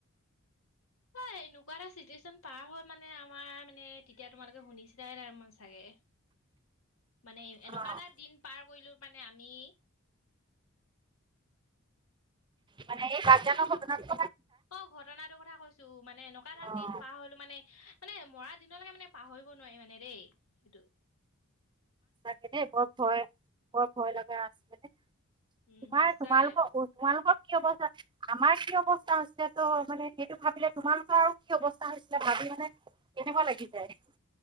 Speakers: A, on the left; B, on the right.
A: হয়। এনেকুৱা এটা চিটুৱেশচন পাৰ হ'ল মানে আমাৰ মানে তেতিয়া তোমালোকে শুনিছিলাই নাই মই চাগে মানে এনেকুৱা
B: অ
A: এটা দিন পাৰ কৰিলো মানে আমি
B: মানে এই বাঘজানৰ ঘটনাটো
A: অ', ঘটনাটোৰ কথা কৈছো মানে এনেকুৱা এটা
B: অ
A: দিন পাৰ হলো মানে মানে মৰা দিনলৈকে মানে পাহৰিব নোৱাৰি মানে দেই সেইটো
B: সঁচাকে দেই বৰ ভয় বৰ ভয় লগা আছে মানে।
A: উম
B: তোমাই
A: সঁচাই
B: তোমালোকৰ-তোমালোকৰ কি অৱস্থা আমাৰ কি অৱস্থা হৈছিলে তো মানে সেইটো ভাবিলে তোমালোকৰ আৰু কি অৱস্থা হৈছিলে ভাবিব মানে কেনেকুৱা লাগি যায়